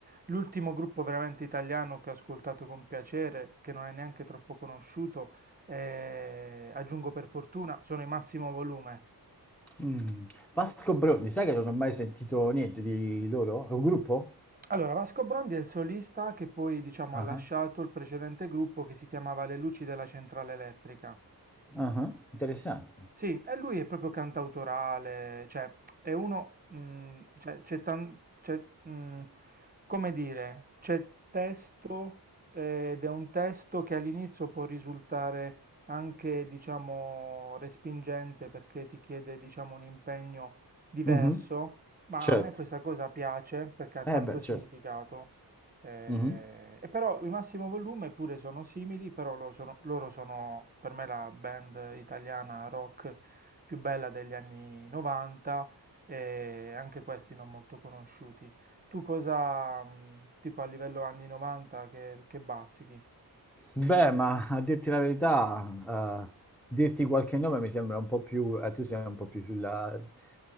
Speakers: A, on the right; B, in the centre.
A: l'ultimo gruppo veramente italiano che ho ascoltato con piacere, che non è neanche troppo conosciuto, eh, aggiungo per fortuna, sono i Massimo Volume.
B: Mm. Vasco Bronni, sai che non ho mai sentito niente di loro? È un gruppo?
A: Allora, Vasco Brondi è il solista che poi, diciamo,
B: Ah,
A: ha lasciato il precedente gruppo che si chiamava Le Luci della Centrale Elettrica.
B: ah, ah, Interessante.
A: Sì, e lui è proprio cantautorale, cioè è uno, mm, cioè, c'è tan- c'è, mm, come dire, c'è testo eh, ed è un testo che all'inizio può risultare anche, diciamo, respingente perché ti chiede, diciamo, un impegno diverso,
B: Mhm,
A: ma
B: Certo.
A: a me questa cosa piace perché ha tanto
B: Eh beh,
A: significato.
B: certo.
A: Eh,
B: Mhm.
A: e però i Massimo Volume pure sono simili, però lo sono- loro sono per me la band italiana rock più bella degli anni 90 e anche questi non molto conosciuti. Tu cosa, mh, tipo a livello anni 90, che, che bazzichi?
B: Beh, ma a dirti la verità, eh, dirti qualche nome mi sembra un po' più, eh, tu sei un po' più sulla, eh,